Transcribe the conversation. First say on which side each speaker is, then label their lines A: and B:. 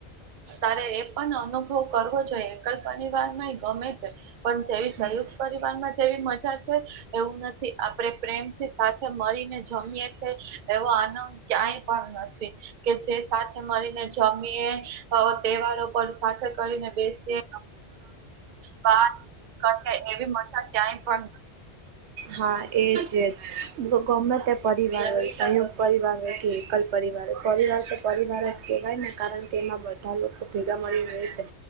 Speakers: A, on the right; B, on the right.
A: હ તારે એ પણ અનુભવ કરવો જોઈએ સલ પરિવાર માં ગમે છે પણ જેવી
B: હમ
A: સયુક્ત પરિવાર માં જેવી મજા છે. એવું નથી આપડણે પ્રેમથી સાથે મળીને જમીએ છે. એવો આનંદ ક્યાંય પણ નથી કે જે સાથે મળીને જમીએ તહેવારો પર સાથે કરીને બેસીએ. વાત કરે એવી મજા ક્યાંય પણ
B: હા એજજ ગમે તે પરિવાર હોય સંયોક્ત પરિવાર હોય કે પરિવારો પરિવાર તો પરિવાર જ કેહેવાય ને કારણ કે એમાં બધા લોકો ભેગા મળી રહે છે.